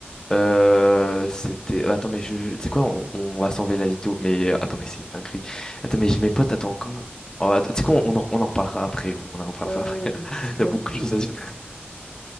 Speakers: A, on the left; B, on the left.
A: Euh, c'était... euh, Attends, mais je... je- Tu sais quoi? On, on va s'enlever la vidéo. Mais euh, attends, mais c'est une dinguerie. Attends, mais j'ai mes potes, attends, comment... Oh, attends, tu sais quoi? On, en, on en reparlera après, gros. On en reparlera
B: Ouais,
A: après.
B: ouais, ouais,
A: <laughs>
B: parce que c'est mon
A: Il y a beaucoup
B: intrigue.
A: de choses
B: <laughs>
A: à dire.